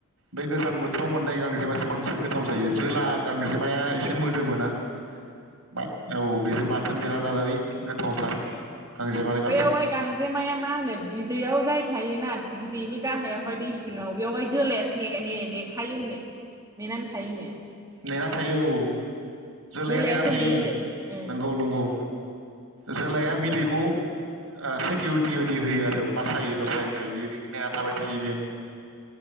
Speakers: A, on the right; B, on the right.
A: बे गोजां बोथोराव मोननाय गांजेमासो बांसिन गोथाव जायो जोला गांजेमाया एसे मोदोमो औ। बेजों बाथोन देना जानानै गोथावथार। गांजेमानि बाथोन
B: बेवहाय गांजेमाया मा होनो बिदैयाव जाय थायोना बिदैनि गाहायावहाय दै सिङाव बेयावहाय जोलासो ने ने नेखायो होनो नेनानै थायो होनो।
A: नेना थायो औ जोलाया
B: जोलायासो
A: नेना थायो
B: नेयोनो ओं
A: नंगौ नंगौ जोलाया बिदै खौ सिकिउरिटि बायदि होयो आरो बासायो हायो बेबादिनो थाबाय थायो बेयो